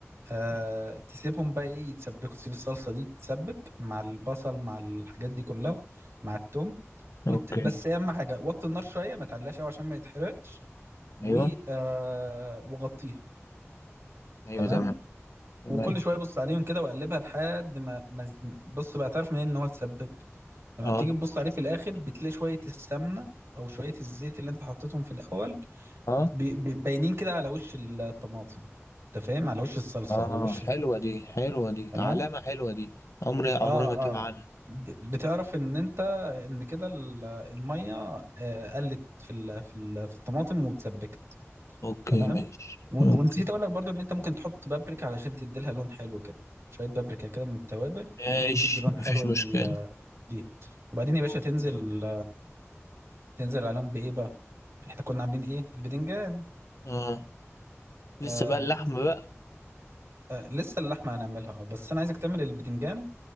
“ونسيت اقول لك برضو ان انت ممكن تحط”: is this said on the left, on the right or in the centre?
Right